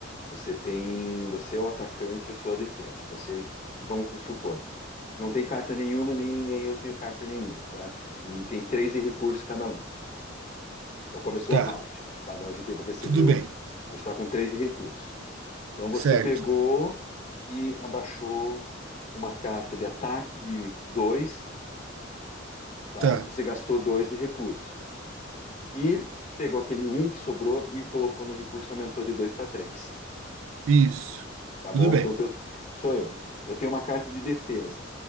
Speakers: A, on the left (about 35°); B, on the right (about 85°).
A: Você tem. Você é o atacante, eu sou a defesa. Você. e Vamos supor. Não tem carta nenhuma, nem, nem eu tenho carta nenhuma, tá? E tem três de recurso cada um. Então começou
B: tá,
A: o round. Cada GT recebeu.
B: tudo bem,
A: A gente está com três recursos. Então você
B: certo,
A: pegou e abaixou uma carta de ataque de dois, tá?
B: tá,
A: Então você gastou dois de recurso. E pegou aquele um que sobrou e colocou no recurso, aumentou de dois para três.
B: isso,
A: Tá bom?
B: tudo bem,
A: Então eu sou eu. Eu tenho uma carta de defesa.